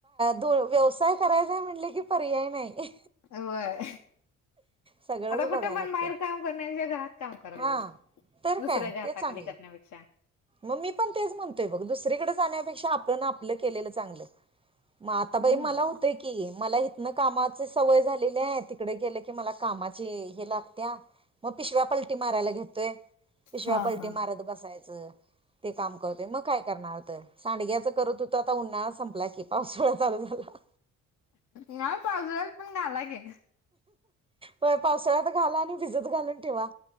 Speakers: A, on the right; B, on the left.
A: द व्यवसाय करायचाय म्हटल की पर्याय नाही.
B: व्हय.
A: सगळंच
B: आता कुठ
A: बघाय
B: पण
A: लागतय.
B: बाहेर काम करण्यापेक्षा घरात काम करायचं
A: हा तर
B: दुसऱ्याच्या
A: काय ते
B: हाताखाली
A: चांगलं.
B: करण्यापेक्षा.
A: मग मी पण तेच म्हणतोय बघ दुसरीकडे जाण्यापेक्षा आपण आपलं केलेलं चांगलं. मग आता बाई
B: हम्म
A: मला होतंय की, मला न कामाचे सवय झालेली आहे तिकडे गेलं की मला कामाची हे लागते. त्या मग पिशव्या पलटी मारायला घेतोय पिशव्या
B: हा
A: पलटी
B: हा
A: मारत बसायचं. ते काम करतोय मग काय करणार तर सांडग्याच करत होतो. उन्हाळा संपला की पावसूळा चालू झाला.
B: नाही पाऊसुळ्यात पण घाला की.
A: पावसाळ्यात घाला आणि भिजत घालून ठेवा.